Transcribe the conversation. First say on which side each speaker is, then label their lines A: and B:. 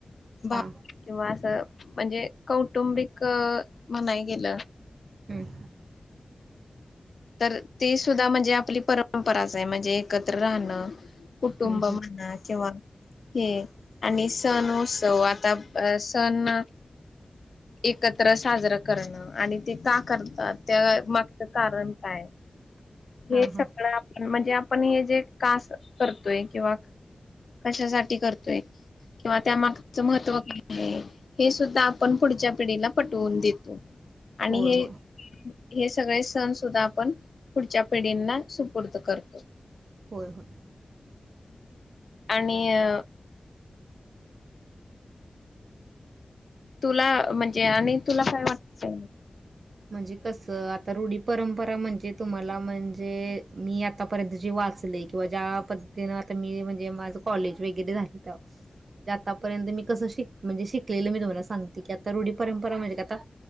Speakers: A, on the left; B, on the right.
A: बाप
B: हा
A: किंवा असं म्हणजे कौटुंबिक म्हणाय गेलं.
B: ह.
A: तर ते सुद्धा म्हणजे आपली परंपराच आहे म्हणजे एकत्र राहणं. कुटुंब
B: हम्म हम्म
A: म्हणा किंवा हे आणि सण उत्सव तो आता सण एकत्र साजरां करणं आणि ते का करतात त्या मागच कारण काय?
B: <inaudible>
A: हे सगळं
B: हा
A: आपण म्हणजे आपण हे जे कास करतोय किंवा कशासाठी करतोय किंवा त्या माग च महत्त्व काय आहे हे सुद्धा आपण पुढच्या पिढीला पटवून देतो. आणि
B: हो
A: हे
B: हो.
A: हे सगळे सण सुद्धा आपण पुढच्या पिढींना सुपूर्द करतो.
B: होय होय.
A: आणि अ. तुला म्हणजे आणि तुला काय वाटतं?
B: म्हणजे कसं? आता रुढी परंपरा- म्हणजे तुम्हाला म्हणजे, मी आतापर्यंत जे वाचलय किंवा ज्या पद्धतीन आ- म्हणजे माझं कॉलेज वगैरे झालं त. णे आतापर्यंत मी कसं शिक म्हणजे शिकलेलं मी तुम्हाला सांगते की आता रुढी परंपरा म्हणजे क आता